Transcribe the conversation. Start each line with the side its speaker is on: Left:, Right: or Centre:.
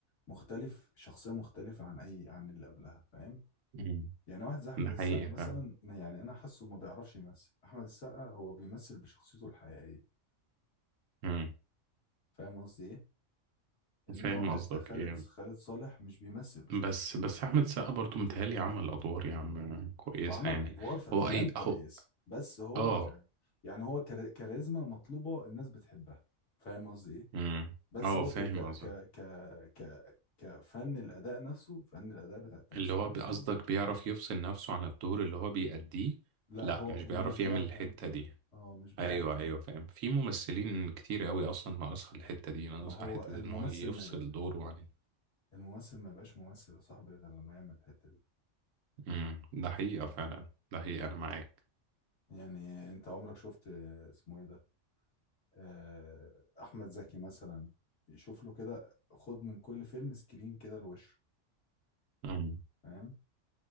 Left: مختلف شخصية مختلفة عن اي عن اللي قبلها فاهم
Right: مم.
Left: يعني واحد زي احمد
Right: ده
Left: السقا
Right: حقيقي
Left: مثلا
Right: فعلا
Left: يعني انا حاسه ما بيعرفش يمثل احمد السقا هو بيمثل بشخصيته الحقيقية
Right: مم.
Left: فاهم قصدي ايه انما
Right: فاهم
Left: واحد
Right: قصدك
Left: زي خالد
Right: ايه
Left: خالد صالح مش بيمثل بشخصيته
Right: بس
Left: الحقيقية
Right: بس احمد السقا برضو متهيألي عمل ادوار يا عم كويسه
Left: وعمل
Right: يعني
Left: ادوار في
Right: هو
Left: افلام
Right: اي
Left: كويسه
Right: اهو
Left: بس هو
Right: اه
Left: ك... يعني هو كار... كاريزما مطلوبه الناس بتحبها فاهم قصدي ايه
Right: امم
Left: بس
Right: اه
Left: هو
Right: فاهم
Left: ك... ك... ك...
Right: قصدك
Left: ك... ك... كفن الاداء نفسه فن الاداء بتاع التمثيل
Right: اللي هو
Left: نفسه
Right: بي- قصدك بيعرف يفصل نفسه عن الدور اللي هو بيأديه
Left: لا
Right: لا
Left: هو
Right: مش
Left: هو
Right: بيعرف
Left: مش بيعرف
Right: يعمل الحته
Left: يعمل كده
Right: دي
Left: اه مش بيعرف
Right: ايوه
Left: يعمل
Right: ايوه فاهم في ممثلين كتير قوي اصلا ناقصها الحته دي ناقصها
Left: ما هو
Right: حته
Left: الممثل
Right: ان هو يفصل
Left: ما يبقى
Right: دوره عن
Left: الممثل ما يبقاش ممثل يا صاحبي غير لما يعمل الحته دي
Right: امم ده حقيقه فعلا ده حقيقه انا معاك
Left: يعني انت عمرك شفت آه، اسمه ايه ده آه، احمد زكي مثلا شوف له كده خد من كل فيلم سكرين كده لوشه
Right: امم
Left: فاهم